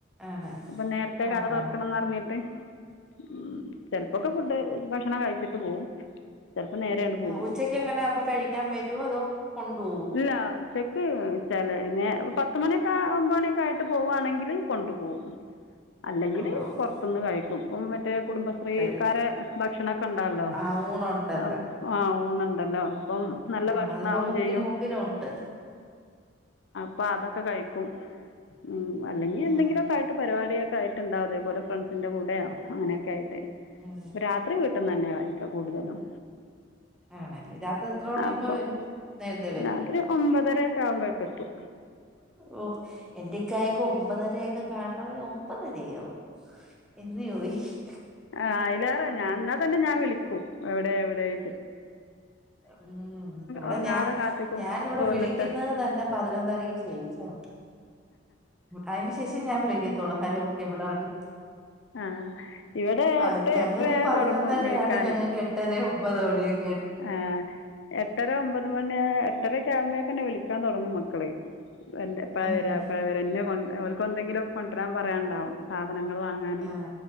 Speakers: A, in the centre; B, on the left.
A: ആണ്
B: അപ്പം നേരത്തെ
A: ആ
B: കട തൊർക്കണംന്നർഞ്ഞിട്ട്
A: ആ
B: മ്മ് ചെൽപ്പൊക്കെ ഫുഡ് ഭക്ഷണം കയിച്ചിട്ട് പോവും ചിലപ്പോൾ നേരെ അങ്ങട് പോവും
A: ഉച്ചക്ക് എങ്ങനെ അപ്പൊ കഴിക്കാൻ വരുവോ അതോ കൊണ്ടോ
B: ഇല്ലാ ഉച്ചക് ചെലേ ന്ന് പത്ത്മണിയൊ ഒമ്പണിയൊക്കായിട്ട് പോവാണെങ്കില് കൊണ്ട് പോവും അല്ലെങ്കിൽ
A: കൊണ്ടുപോകും
B: പൊറത്ത്ന്ന് കഴിക്കും <unintelligible> മറ്റേ കുടുംബശ്രീക്കാരെ
A: കഴിക്കാൻ
B: ഭക്ഷണൊക്കെ ഉണ്ടല്ലോ
A: ആ ഊണുണ്ടല്ലോ
B: ആ ഓ ഊണൊണ്ടല്ലോ അപ്പം നല്ല
A: ആ
B: ഭക്ഷണാവും
A: അതിപ്പോ
B: ചെയ്യും
A: മുക്കിന് ഒണ്ട്
B: അപ്പൊ അതൊക്കെ കഴിക്കും മ്മ് അല്ലെങ്കി എന്തെങ്കിലൊക്കായിട്ട്
A: ആ
B: പരിവാടികൾ ഒക്കായിട്ട്ണ്ടാവും ഇതേപോലെ ഫ്രണ്ട്സിന്റെ കൂടെയോ അങ്ങയൊനൊക്കെ ആയിട്ട്
A: ഉം
B: രാത്രി വിട്ട് വീട്ട്ന്നെന്നെ കഴിക്ക കൂടുതലും
A: ആണല്ലേ രാത്രി എത്ര മണിയാവുമ്പ
B: അപ്പം
A: വരും നേരതെ
B: രാത്രി ഒമ്പതരയൊക് കാവുമ്പോഴേക്കെത്തും
A: ഓ എന്റെക്കായൊക്കെ ഒമ്പതരയൊക്കെ കണ്ടാ ഒമ്പതരയോ എന്ന് ചോദിക്കും
B: ആ അയിലേറെ ഞാൻ എന്നാ തന്നെ ഞാൻ വിളിക്ക് ക്കും എവിടെ എവിടെ ചോയ്
A: മ്മ് ഇവിടെ
B: ഉറങ്ങാതെ
A: ഞാൻ
B: കാത്തിരിക്കും
A: ഞൻ ഇവിടെ
B: ഇപ്പോൾ വന്നിട്ട്
A: വിളിക്കുന്നത് തന്നെ പതിനൊന്നരക്ക് ശേഷമാ അയിന് ശേഷേ ഞാൻ വിളിക്കത്തൊള്ളു ഹലോ എവിടാണ്
B: ആ ഇവിടെ
A: ആ
B: എട്ട്
A: ഞങ്ങക്ക്
B: എട്ടര
A: പതിനൊന്നരയാണ്
B: തുടങ്ങും വിളിക്കാൻ
A: ഞങ്ങൾക്ക് എട്ടരയും <unintelligible>
B: ആ എട്ടര ഒമ്പത് മണി എട്ടരൊക്കാവുമ്പോഴേക്കെന്നെ വിളിക്കാൻ തൊടങ്ങും മക്കള് എന്ത എപ്പഴാ
A: ഉം
B: വെരാ എപ്പഴാ വെരാ ഇന്നെ കൊണ്ട് ഓൽ കെന്തെങ്കിലൊക്കെ കൊണ്ടൊരാൻ പറയാണ്ടാവും സാധ് സാധനങ്ങൾ വാങ്ങാൻ
A: ആ